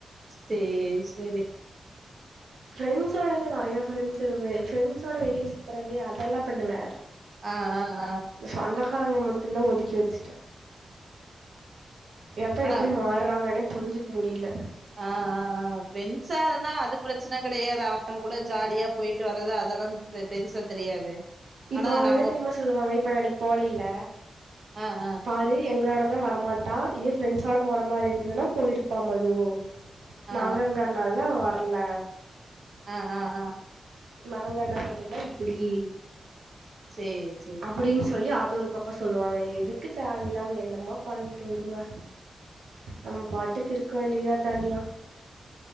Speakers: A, on the right (about 45°); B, on the right (about 90°).
A: சேர் செரி
B: ஃபிரெண்ஸ்சோடலா நெறைய ஃபிரெண்ஸ் இருக்குது ஃபிரெண்ஸோட வெளிய சுத்துறது அதெல்லா பண்ணுவ
A: ஆ ஆ ஆ
B: இந்த சொந்தக்காரங்கள மட்டுந்தா ஒதுக்கி வச்சுட்ட எப்ப
A: ஆனா
B: எப்டி மாறாங்கனே புரிஞ்சுக் முடில
A: ஆ ஆ ஆ ஃபிரெண்ஸா இருந்தா அது பிரச்சன கெடையாது அவ்ங்க கூட ஜாலியா போய்ட்டு வர்றது அதெல்லா ப்டு பெருசா தெரியாது
B: இப்ப
A: ஆனா
B: அவ்ங்க
A: நம்ம
B: என்ன தெரிமா சொல்லுவாங்க இப்ப அன்னிக் போலில
A: ஆ ஆ
B: பா ரு எங்களோடனா வரமாட்டா இதே ஃபிரெண்ஸோட போற மாரி இருந்ததுனா போயிருப்பா மது
A: ஆ
B: நாங்கங்கற்னால்தா அவ வர்ல
A: ஆ ஆ ஆ
B: நாங்கனா மட்டுந்தா இப்புடி
A: சேர் சேர்
B: அப்டின் சொல்லி அது ஒரு பக்கோ சொல்லுவாங்க எதுக்கு தேவையில்லாம என்னமோ பண்ட்டு உடுங்க நம்ம பாட்டுக்கு இருக்க வேண்டிதா தனியா